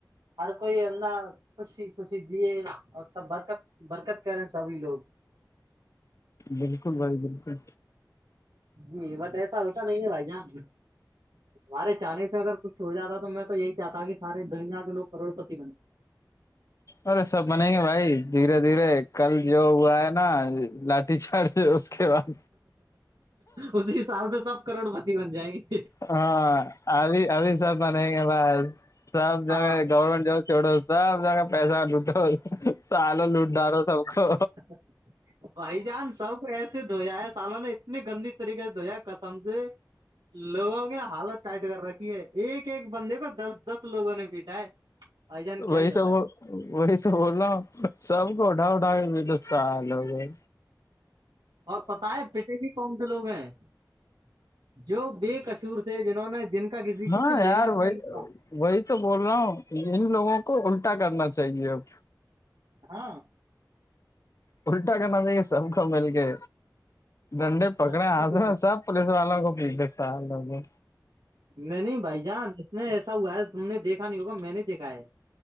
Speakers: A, on the right; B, on the left.
A: ہر کوئی انہ خوشی خوشی دیے اور سب برکت برکت کریں سبھی لوگ
B: بالکل بھائی بالکل
A: جی بٹ ایسا ہوسا نہیں ہے بھائی جان تہارے چانے سے اگر کچھ ہو جاتا تو میں تو یہی چاہتا کہ سارے دنیا کے لو کروڑپتی بنے
B: ارے سب بنیں گے بھائی دھیرے دھیرے کل جو ہوا ہے نا لاٹھی چاڑ اس کے بعد
A: اسی ح سال سے سب کروڑ بتی بن جائے گی
B: ہاں اب ابھی سب میں نہیں گ ب سب جگہ
A: ہاں
B: گورمٹ جب چوڑو سب ج کا پیسہ لٹو سال لوٹ ڈ رہو سب کو
A: <inaudible> بھائی جان سب کو ایسے دھویا ہے سالوں نے اتنی گندی طریقے سے دھویا کسم سے لوگوں کی نا حالت ٹائٹ کر رکھی ہے ایک ایک بندے کو دس دس لوگوں نے پیٹا ہے بھائی جان کیا
B: وہی
A: ہی بتائے
B: تو وہی تو بول رہ ہ سب کو اٹھا اٹھا کے بھی ل سال ہو گئے
A: اور پتا ہے پچھے بھی کون سے لوگ ہیں جو بے کصور تھے جنہوں نے جن کے کا کسی
B: ہاں
A: کچھ لینا
B: یار
A: تو
B: وہی
A: نہیں اس کا
B: وہی تو بول رہا ہوں ان لوگوں کو الٹا کرنا چاہیے اب
A: ہاں
B: اللٹا کرنا د سب کا مل کے ڈنڈے پکڑے
A: تبھی تو
B: آضرا
A: کچھ ہے۔
B: سب پولیس والوں کو بھی دا لو گے
A: نہیں نہیں بھائی جان اس میں ایسا ہوا ہے تم نے دیکھا نہیں ہوگا میں نے دیکھا ہے